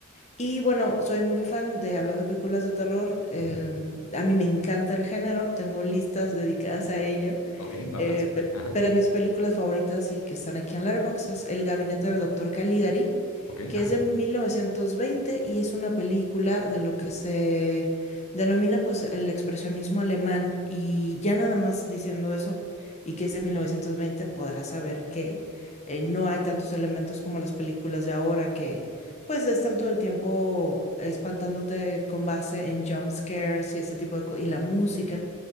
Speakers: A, on the left (about 30°); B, on the left (about 85°).
A: Y bueno, soy muy fan de, hablando de películas de terror, em,
B: ujú,
A: a mí me encanta el género, tengo listas dedicadas a ello.
B: ok, va,
A: Eh,
B: va, súper,
A: pe-
B: ajá,
A: pero mis películas favoritas y que están aquí en Letterboxd es El Gabinete del Doctor Caligari,
B: ok,
A: que
B: ajá,
A: es de 1920 y es una película de lo que se denomina pues el expresionismo alemán y ya nada más diciendo eso y que es de 1920 podrás saber que eh, no hay tantos elementos como las películas de ahora que pues están todo el tiempo espantándote con base en jump scares y ese tipo de cosas y la música.